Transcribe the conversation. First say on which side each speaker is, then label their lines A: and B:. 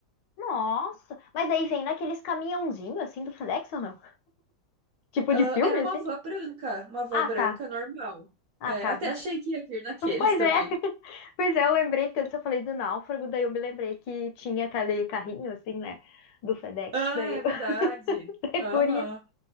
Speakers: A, on the left; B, on the right.
A: nossa. Mas aí vem naqueles caminhãozinhos, assim, do FedEx ou não? Tipo
B: Ah,
A: de filme,
B: era uma
A: assim?
B: van branca, uma van
A: Ah,
B: branca
A: tá.
B: normal.
A: Ah,
B: É,
A: tá.
B: eu até achei que ia vir naqueles
A: Pois
B: também.
A: é, <laughs> pois é, eu lembrei, porque antes eu falei do náufrago, daí eu me lembrei que tinha aquele carrinho, assim, né, do FedEx,
B: Ah,
A: daí
B: é
A: eu...
B: verdade.
A: <laughs> daí
B: Aham.
A: por isso.